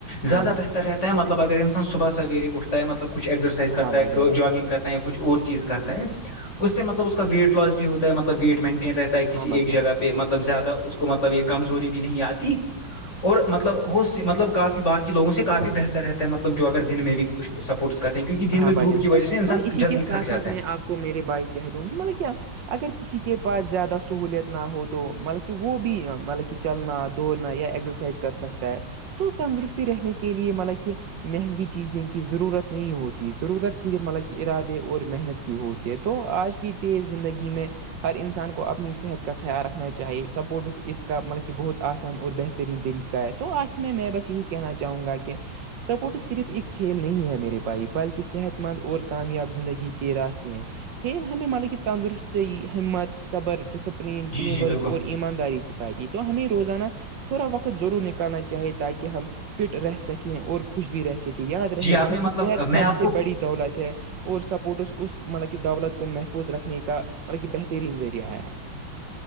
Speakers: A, on the right; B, on the left.
A: ہاں
B: زیادہ
A: بھائی
B: بہتر
A: جان
B: رہتا مطلب اگر انسان صبح سویر اٹتا ہے مطلب کھ ایکسرسائزتا
A: ہاں بھائی
B: ہے
A: جان
B: جاگنگ کرتا ہے یا کچھ اور چیز کرتا ہے اس سے مطلب اس کا ویٹ لاس بھی ہوتا ہے مطلب ویٹ مینٹین رہتا کسی
A: ہاں بھائی
B: ایک
A: جان
B: جگہ پہ مطلب زیادہ اس کو مطلب ایک کمزوری بھی نہیں آتی اور مطلب وہ مطلب کافی باقی لوگوں سے کافی بہتر رہ مطلب جو اگر دن میں بھی کھ سپورٹس کرتے ہیں کیونک دن
A: ہاں
B: میں
A: بھائی
B: دوپ
A: جان
B: کی وجہ سے انسان
A: تو اسی
B: جلدی
A: کے ساتھ
B: تھکاتا
A: ساتھ میں
B: ہے
A: آپ کو میرے بھائی کہہ دوں گی مطلب کیا اگر کسی کے پاس زیادہ سہولیت نہ ہو تو مطلب کہ وہ بھی مطلب کہ چلنا دوڑنا یا ایزرسائز کر سکتا ہے تو تندرستی رہنے کے لیے مطلب کہ مہنگی چیزیں کی ضرورت نہیں ہوتی ت ضرورت صرف ملک کے ارادے اور محنت کی ہوتی ہے تو آج کی تیز زندگی میں ہر انسان کو اپنی صحت کا خیال رکھنا چاہیے سپورٹس اس کا مطلب کہ بہت آسان اور بہتر ترین طریقہ ہے تو آخر میں میں بس یہی کہنا چاہوں گا کہ سپورٹ صرف ایک کھیل نہیں ہے میرے بھائی بلکہ صحت مند اور کامیاب زندگی کے راستے ہیں کھیل ہمیں مالے کی تندرستی ہمت صبر ڈسپلین
B: جی
A: ٹیم
B: جی
A: ورک
B: بالکل
A: اور ایمانداری سکھائی دی تو ہمیں روزانہ تھوڑا وقت ضرور نکالنا چاہے تاکہ ہم فٹ رہ سکیں اور خوش بھی رہ سکیں کہ یاد رہے
B: جی آپ
A: مان
B: نے مطلب
A: کہ صحت
B: میں
A: سب
B: آپ
A: سے
B: کو
A: بڑی دولت ہے اور سپورٹس اس مطلب کی دولت کو محفوظ رکھنے کا مط کہ بہترین ذریعہ ہے <unintelligible>